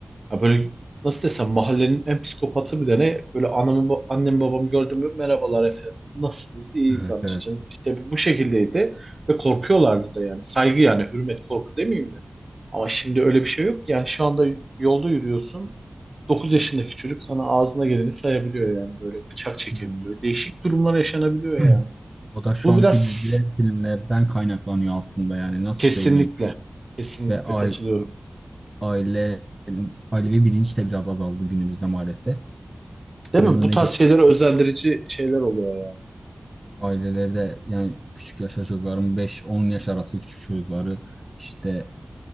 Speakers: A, on the right; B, on the right.
A: Ya böyle nasıl desem mahallenin en psikopatı bir tane böyle anamı ba- annem babamı gördüm mü merhabalar efendim nasılsınız iyiyiz
B: Evet
A: amcacığım
B: evet.
A: işte bu şekildeydi ve korkuyorlardı da yani saygı yani hürmet korku demeyeyim de ama şimdi öyle bir şey yok yani şu anda yolda yürüyorsun 9 yaşındaki çocuk sana ağzına geleni sayabiliyor yani böyle bıçak çekebiliyor
B: Yani
A: değişik durumlar yaşanabiliyor
B: <clears throat>
A: yani.
B: o da şu
A: Bu
B: anki
A: biraz
B: dizi ve filmlerden kaynaklanıyor aslında yani nasıl
A: kesinlikle,
B: söyleyeyim
A: kesinlikle
B: ve ai-
A: katılıyorum.
B: aile ailevi bilinç de biraz azaldı günümüzde maalesef.
A: Değil
B: Bunun
A: mi? Bu
B: önüne
A: tarz
B: geçmek
A: şeylere özendirici şeyler oluyor ya.
B: aileleri de yani küçük yaşta çocukların beş on yaş arası küçük çocukları işte